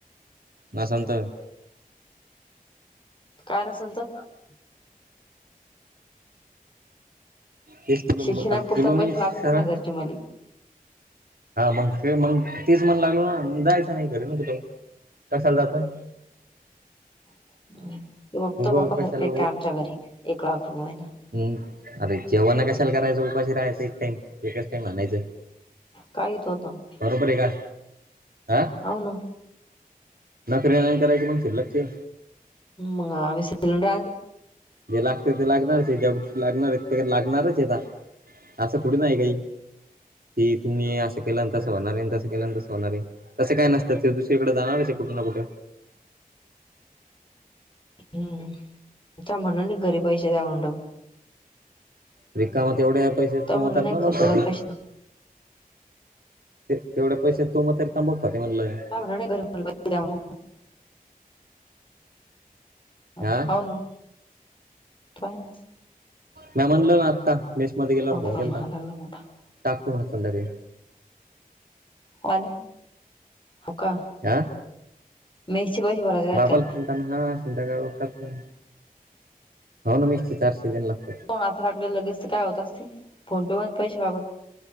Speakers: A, on the right; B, on the left.
A: ना संत
B: काय नसलत <unintelligible>
A: हेच तुला
B: शिक्षणाप
A: आता
B: पुरता
A: तुला मी
B: पैसे लागतात
A: सर
B: ना घरच्या मली
A: हा मग मग तीच मन लागल ना मग जायचं नाही घरी नकुतं कशाला जातं <unintelligible>
B: पप्पा
A: उगं
B: पप्पा सारख्या
A: कशाला
B: एक कामच्या घरी एक लाख रुमय ना <unintelligible>
A: हम् अरे जेवणा कशाला करायचं उपाशी राहायचं एक टाइम एकच टाइम आणायचं <unintelligible>
B: काही तो आता <unintelligible>
A: बरोबर आहे का हं
B: हो ना
A: नकरे नाही करायची मंग शुल्लकचे
B: मंग आम्ही <unintelligible>
A: जे लागत ते लागणारच ज्या गोष्टी लागणार आहेत ते लागणारच आहे ता असं थोडी नाआहे काही ते तुम्ही अस ते केल्यां तंस होणार ये आणि तसं केल्यां तसं होणार ये तंस काय नसतं ते दुसरीकडे जाणार ये कुठं ना कुठं.
B: हम्म त्या मनानी घरी पैसे द्या म्हंड
A: रिकाम तेवढ्या पैशाच तो
B: म्हणला
A: म्हतार
B: नाही
A: तंबाकू
B: घरी द्यायला
A: खातंय.
B: पैसे
A: ते तेवढ्या पैशांत तो म्हातारी तांबकु खातंय म्हणलं
B: तुम्ही म्हणलं नाय घरी पैसे दया म्हणून अ
A: हा
B: हाव न पाय न
A: म्या म्हणलं ना आत्ता मेस मध्ये गेल्यावर
B: बापरे
A: फोन केलता
B: महाग लागला मोठा
A: टाकतो म्हण संध्याकाळी
B: आले हाव का
A: आ
B: मेसचे पैसे भरायचे
A: बाबा
B: काय
A: ला केला त्या म्हणलं हा संध्याकाळ टाकतो हाव ना म चारशे दयायला लागतो.
B: कां मं आता टाकले लगेच तर काय होत असतंय फोन पे मधून पैसे बाबाला